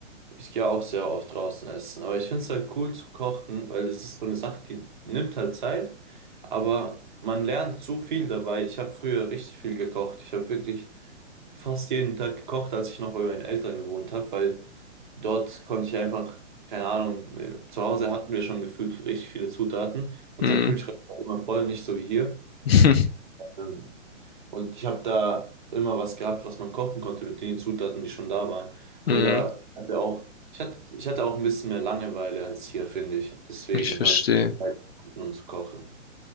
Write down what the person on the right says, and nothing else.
ich gehe auch sehr oft draußen essen, aber ich finde es halt cool zu kochen, weil es ist so eine Sache, die nimmt halt Zeit, aber man lernt so viel dabei. Ich habe früher richtig viel gekocht. Ich habe wirklich fast jeden Tag gekocht, als ich noch bei meinen Eltern gewohnt habe, weil dort konnte ich einfach, keine Ahnung, äh, zu Hause hatten wir schon gefühlt richtig viele Zutaten. Unser
Kühlschrank war immer voll, nicht so wie hier.
Ähm, Und ich habe da immer was gehabt, was man kochen konnte mit den Zutaten, die schon da waren. Oder
hatte auch, ich hatte, ich hatte auch ein bisschen mehr Langeweile als hier, finde ich. Deswegen
habe ich mal die Zeit gefunden, um zu kochen.